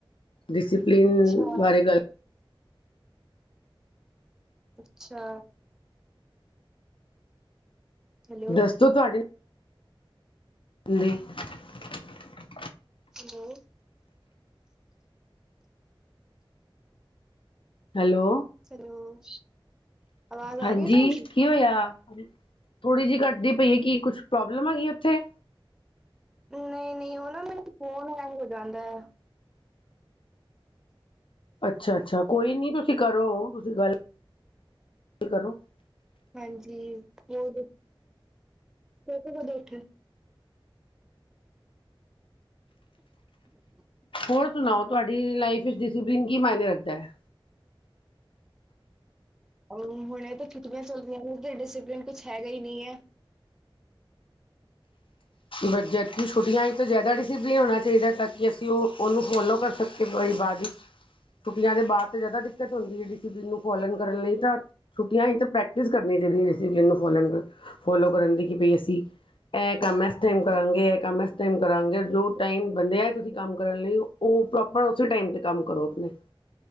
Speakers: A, on the left; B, in the centre.
A: ਡਿਸਿਪਲਿਨ
B: ਅੱਛਾ
A: ਵਾਰੇ ਗੱਲ
B: ਅੱਛਾ ਹੈਲੋ
A: ਦੱਸੋ ਤੁਹਾਡੇ <inaudible>
B: ਹੈਲੋ
A: ਹੈਲੋ
B: ਹੈਲੋ, ਆਵਾਜ਼ ਆ
A: ਹਾਂਜੀ
B: ਰਹੀ ਹੈ ਤੁਹਾਨੂੰ
A: ਕੀ ਹੋਇਆ ਥੋੜ੍ਹੀ ਜਿਹੀ ਘੱਟਦੀ ਪਈ ਹੈ ਕਿ ਕੁਛ ਪ੍ਰੋਬਲਮ ਹੈਗੀ ਉੱਥੇ
B: ਨਹੀਂ ਨਹੀਂ ਉਹ ਨਾ ਮੈਂ ਫੌਣ ਐ ਹੋ ਜਾਂਦਾ ਹੈ
A: ਅੱਛਾ ਅੱਛਾ ਕੋਈ ਨੀ ਤੁਸੀਂ ਕਰੋ ਤੁਸੀਂ ਗੱਲ ਕਰੋ
B: ਹਾਂਜੀ ਹੋ ਕਦ ਉੱਠੇ <inaudible>
A: ਹੋਰ ਸੁਣਾਓ ਤੁਹਾਡੀ ਲਾਈਫ ਵਿਚ ਡਿਸਪਲੇਨ ਕੀ ਮਨੇ ਰੱਖਦਾ ਹੈ
B: ਹੁਣ ਇਹ ਤਾਂ ਛੁੱਟੀਆਂ ਚੱਲਦੀਆਂ ਨੇ ਡਿਸਿਪਲਿਨ ਕੁਛ ਹੈਗਾ ਹੀ ਨਹੀਂ ਹੈ
A: ਬਚ ਛੁੱਟੀਆਂ ਹੀ ਜ਼ਿਆਦਾ ਡਸੀਪਲਿਨ ਹੋਣਾ ਚਾਹੀਦਾ ਤਾਂ ਕਿ ਅਸੀਂ ਉਹਨੂੰ ਫੋਲੋ ਕਰ ਸਕੀ ਭਾਈ ਬਾਅਦ ਵਿੱਚ ਛੁੱਟੀਆਂ ਦੇ ਬਾਅਦ ਤੇ ਜਿਆਦਾ ਦਿੱਕਤ ਹੁੰਦੀ ਹੈ ਨੂੰ ਫੋ ਕਰਨ ਲਈ ਤਾਂ ਛੁੱਟੀਆਂ ਹੀ ਪ੍ਰੈਕਟਿਸ ਕਰਨ ਦਿਸਕਿਪਲੀ ਨੂੰ ਫ ਫੋਲੋ ਕਰਨ ਦੀ ਕਿ ਭਈ ਅਸੀਂ ਇਹ ਕੰਮ ਇਸ ਟਾਈਮ ਕਰਾਂਗੇ ਇਹ ਕੰਮ ਇਸ ਟਾਈਮ ਕਰਾਂਗੇ ਜੋ ਟਾਈਮ ਬੰਦੇ ਹੈ ਤੁਸੀਂ ਕੰਮ ਕਰਨ ਲਈ ਉਹ ਪ੍ਰੋਪਰ ਉਸੇ ਟਾਈਮ ਤੇ ਕੰਮ ਕਰੋ ਆਪਣੇ